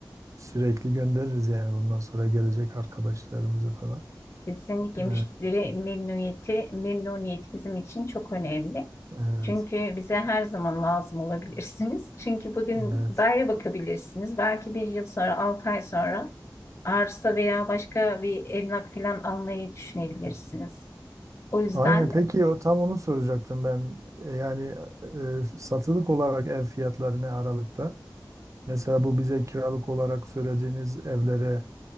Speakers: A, on the right; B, on the left.
A: sürekli göndeririz yani bundan sonra gelecek arkadaşlarımızı falan.
B: kesinlikle
A: E,
B: müşteri memnuniyeti, memnuniyet bizim için çok önemli.
A: evet,
B: Çünkü bize her zaman lazım olabilirsiniz. <laughs> Çünkü bugün
A: evet.
B: daire bakabilirsiniz. Belki bir yıl sonra, altı ay sonra arsa veya başka bir emlak falan almayı düşünebilirsiniz. O yüzden
A: Aynen peki o tam onu soracaktım ben. E, Yani e, satılık olarak ev fiyatları ne aralıkta? Mesela bu bize kiralık olarak söylediğiniz evlere